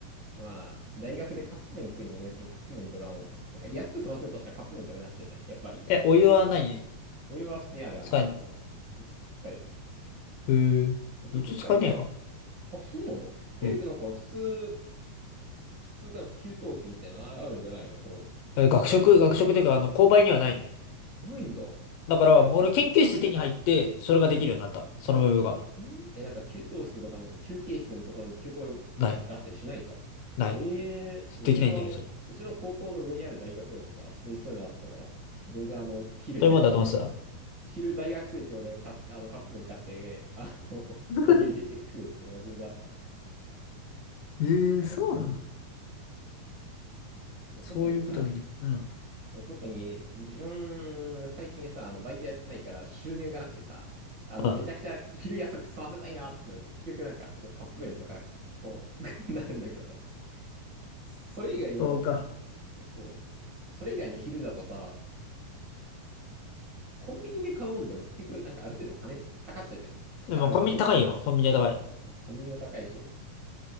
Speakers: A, on the right (about 50°); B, on the left (about 80°).
A: まあ、大学でカップ麺食いにも別にカップ麺とかも、なんか安く済ませようとしたらカップ麺とかになっちゃうじゃん。やっぱり。
B: え、お湯は何
A: お湯は普通にあるある、
B: 使えんの
A: あの、す使える。
B: うー。
A: 結局さ、
B: うち使えねえわ。
A: 安、あ、そうなのえ、
B: うん。
A: なんか普通、普通、なんか給湯器みたいなのあるんじゃないのその、
B: え学食、
A: ないんだ
B: 学食というか、あの、購買にはないね。
A: ないんだ。
B: だから、
A: なんか、
B: もう俺研究室手に入って、
A: きゅ、
B: それができるようになった。
A: うん。
B: その部分が。
A: あ、えー、え、なんか給湯室とかなんか休憩室のところに給湯器があったりしないんだ。
B: ない。ない。
A: へえ、うちのあの、
B: できないんだよね、それ。そ
A: うちの高校の上にある大学でもさ、普通にそういうのあったから、全然あの、昼
B: ういうもんだと思ってた。
A: <laughs> 昼大学生協でか、あの、カップ麺買って、あの、
B: <laughs>
A: お湯入れて食うっていうのが全然あった。
B: えー、
A: あ、
B: そうなの
A: でも、
B: そういうことできない。
A: 特にさ、
B: うん。
A: 特に自分、最近さ、あの、バイトやってないから収入がなくてさ、あの、
B: うん。
A: めちゃくちゃ昼安く済ませたいなってなると結局なんか、そうカップ麺とか、こう、<laughs> なるんだけどさ、それ以外の、
B: <laughs> そうか。
A: そう、それ以外の昼だとさ、コンビニで買うもんでも結局なんかある程度金かかっちゃうじゃん。腹満たそうとしたら。
B: でもコンビニ高いよ。コンビニは高い。
A: そうそう、コンビニも高いし。